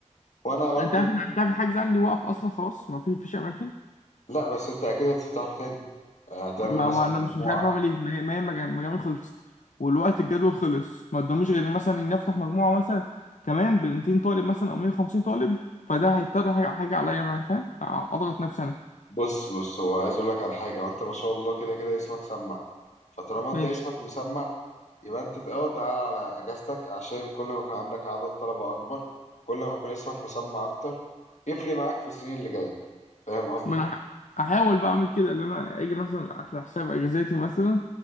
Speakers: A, on the left; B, on the left.
A: وانا برضو
B: انت عارف انت عارف الحجز عندي واقف اصلا خلاص ما في فيش اماكن
A: لا بس انت اكيد هتفتحه تاني آه تعمل
B: ما,
A: مثلا
B: ما انا
A: مجموعه
B: مش مش عارف اعمل ايه ما هي ما هي المجا- المجاميع خلصت والوقت الجدول خلص ما قداميش غير مثلا ان افتح مجموعه مثلا كمان ب 200 طالب مثلا او 150 طالب فده هيضطر حاجه حاجة عليا انا فاهم اضغط نفسي انا
A: بص بص هو عايز اقول لك على حاجه وانت ما شاء الله كده كده اسمك سمع فطالما انت
B: ماشي
A: اسمك مسمع يبقى انت اه تعال على اجازتك عشان كل ما يكون عندك عدد طلبه اكبر كل ما يكون اسمك مسمع اكتر يفرق معاك في السنين اللي جايه فاهم قصدي
B: ما انا ح- احاول بقى اعمل كده اللي انا اجي مثلا على حساب اجازاتي مثلا